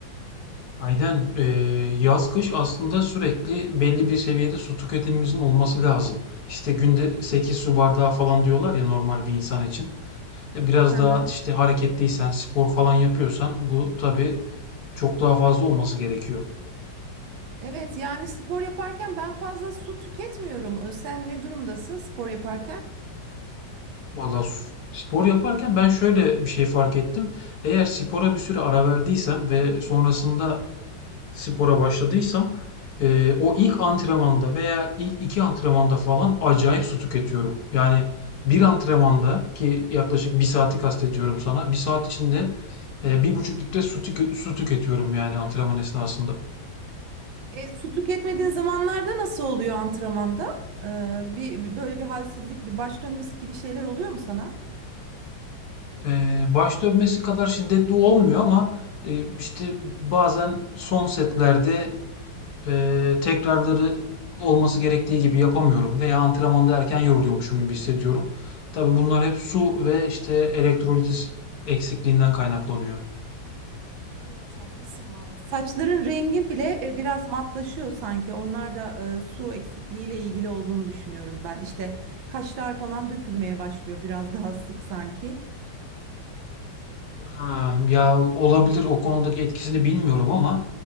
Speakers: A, on the left; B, on the right.
A: Aynen. ee, yaz kış aslında sürekli belli bir seviyede su tüketimimizin olması lazım. İşte günde 8 su bardağı falan diyorlar ya normal bir insan için. E, Biraz
B: Hı hı.
A: daha işte hareketliysen, spor falan yapıyorsan bu tabii çok daha fazla olması gerekiyor.
B: Evet yani spor yaparken ben fazla su tüketmiyorum. Ee, Sen ne durumdasın spor yaparken?
A: Vallahi s- spor yaparken ben şöyle bir şey fark ettim. Eğer spora bir süre ara verdiysem ve sonrasında spora başladıysam e, o ilk antrenmanda veya ilk iki antrenmanda falan acayip su tüketiyorum. Yani bir antrenmanda ki yaklaşık bir saati kastediyorum sana. Bir saat içinde e, bir buçuk litre su, tükü- su tüketiyorum yani antrenman esnasında.
B: E, su tüketmediğin zamanlarda nasıl oluyor antrenmanda? Ee, bir, bir- böyle bir halsizlik, bir baş dönmesi gibi şeyler oluyor mu sana?
A: Ee, baş dönmesi kadar şiddetli olmuyor ama e, işte bazen son setlerde e, tekrarları olması gerektiği gibi yapamıyorum veya antrenmanda erken yoruluyormuşum gibi hissediyorum. Tabii bunlar hep su ve işte elektrolit eksikliğinden kaynaklanıyor.
B: Evet, haklısın valla. Saçların rengi bile e, biraz matlaşıyor sanki. Onlar da e, su eksikliğiyle ilgili olduğunu düşünüyorum ben. İşte kaşlar falan dökülmeye başlıyor biraz daha sık sanki.
A: Ha, ya olabilir o konudaki etkisini bilmiyorum ama